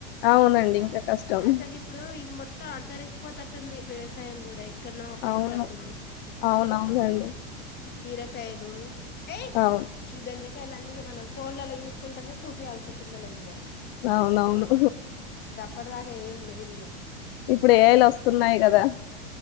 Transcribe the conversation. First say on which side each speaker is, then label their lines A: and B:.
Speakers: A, on the left; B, on the left.
A: అవునండి ఇంకా కష్టం
B: అసలు ఇప్పుడు ఇది మొత్తం అంతరించిపోతట్టుంది వ్యవసాయం కూడా ఎక్కన్నో ఒకటి
A: అవును
B: ఉంటట్టుంది
A: అవునవునండి
B: ఈ బీరకాయలు ఏ
A: అవును
B: ఈ బెం కాయలన్నీ ఇగ మనం ఫోన్లలా చూసుకుంటనే చూపియాల్సే పిల్లలకి ఇగ
A: అవునవును
B: అప్పటిదాకా ఏం లేదు ఇగ
A: ఇప్పుడు ఏఐ లోస్తున్నాయి కదా